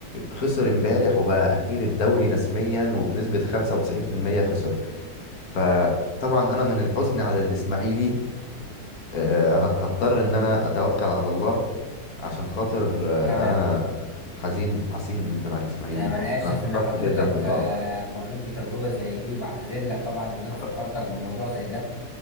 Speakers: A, on the left; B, on the left.
A: خسر امبارح وبقى اخير الدوري رسميا وبنسبه 95% خسر فطبعا انا من الحزن على الاسماعيلي آه، ه- هضطر ان انا اتوكل على الله عشان خاطر آه،
B: تمام
A: انا حزين عسين جدا على الاسماعيلي
B: تمام انا اسف
A: انا اتشرفت
B: ان حضرتك
A: جدا بلقائك
B: آه، مريت بتجربه زي دي وبعتذر لك طبعا ان انا فكرتك
A: ف...
B: بموضوع زي ده